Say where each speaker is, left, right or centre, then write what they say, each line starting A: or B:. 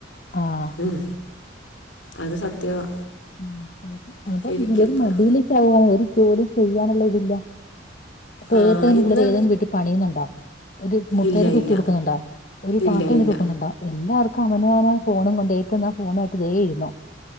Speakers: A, on the left (about 45°); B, on the left (about 80°).
A: ആഹ്
B: ഉം അത് സത്യവാ
A: ഉം അപ്പ
B: ശരിക്കും
A: പിള്ളര്
B: ഇപ്പ-
A: മടിയിലേക്ക് ആവാണ് ഒരു ജോലി ചെയ്യാനുള്ള ഇതില്ല ഇപ്പ
B: ആ
A: ഏതേന്
B: ഇന്ന്
A: പിള്ളേര് ഏതെങ്കിലും വീട്ടി പണിയുന്നുണ്ട ഒരു മുപ്പേരെ
B: ഇല്ല
A: തൂത്ത്
B: ഇല്ല
A: കൊടുക്കുന്നുണ്ട ഒരു പാത്ര
B: ഇല്ല
A: എണിക്കുന്നുണ്ടോ
B: ഇല്ല
A: എല്ലാവർക്കും അവന അവന ഫോണും കൊണ്ട് ഏറ്റന്ന ഫോണയിട്ട് ദേ ഇരുന്നു